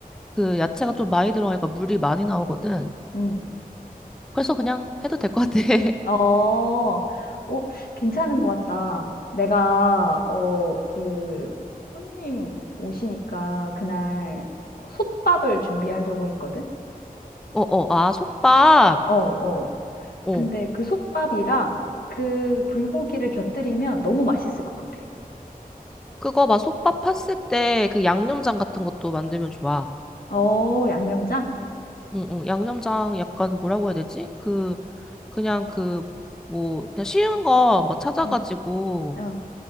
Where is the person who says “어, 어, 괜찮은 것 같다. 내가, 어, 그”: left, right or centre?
Left